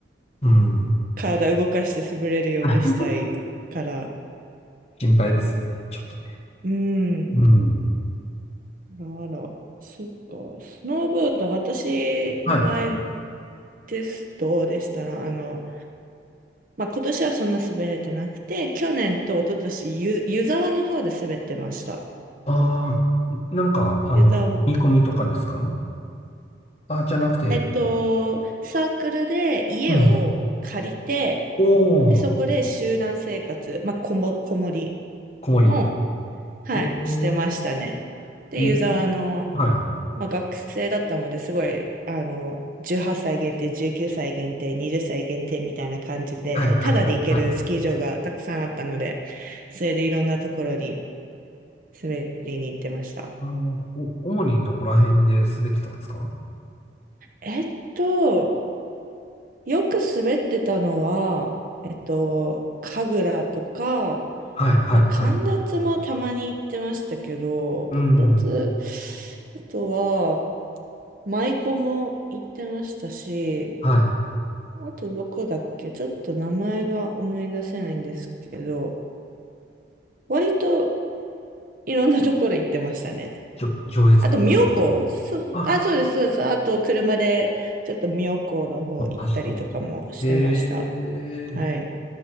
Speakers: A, on the left; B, on the right.
A: うん。
B: 体動かして滑れるようにしたいから。
A: <laughs> 心配ですよね。ちょっとね。
B: うん。
A: うん。
B: あら、そっか。スノーボード、私の場合
A: はい。
B: ですと、でしたら、あの、まあ、今年はそんな滑れてなくて、去年と一昨年ゆ、湯沢の方で滑ってました。
A: ああ、なんか、あの、
B: 湯沢。
A: 見込みとかですかあ、じゃなくて、
B: えっと、サークルで家を借りて、
A: うん。おー、
B: で、そこで集団生活、まあ、こも、こもり
A: 小森。
B: を、はい、
A: え
B: してましたね。で、
A: い、
B: 湯沢の
A: はい、
B: まあ、学生だったのですごい、あの、18歳限定、19歳限定、20歳限定みたいな感じで、
A: はい、はい。
B: ただで行けるスキー場がたくさんあったので、
A: はい。
B: それでいろんなところに滑りに行ってました。
A: あの、お、主にどこら辺で滑ってたんですか
B: えっと、よく滑ってたのは、えっと、神楽とか、
A: はい、はい、
B: まあ、神立もたまに行ってましたけど、
A: はい、はい。
B: 神立、
A: うん。
B: あとは、舞妓も行ってましたし、
A: はい。
B: あとどこだっけちょっと名前が思い出せないんですけど、割といろんなところ行ってましたね。
A: じょ、上越国会。
B: あと、妙高そう、
A: あ、
B: あ、そうです、そうです。あと、車でちょっと妙高の方行ったりとかもしてました。
A: 走ってる。へえ。
B: はい。